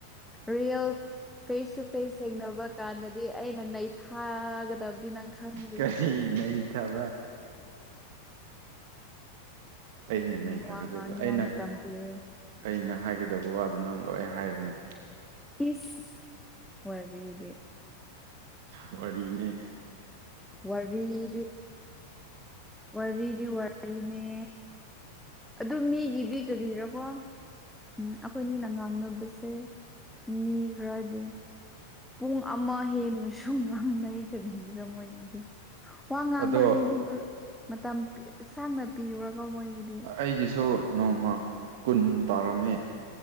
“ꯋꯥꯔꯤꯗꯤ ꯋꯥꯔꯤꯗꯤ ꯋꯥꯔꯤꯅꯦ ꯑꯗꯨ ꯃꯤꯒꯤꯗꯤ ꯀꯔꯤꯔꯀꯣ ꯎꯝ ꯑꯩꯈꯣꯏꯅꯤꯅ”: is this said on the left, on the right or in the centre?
Centre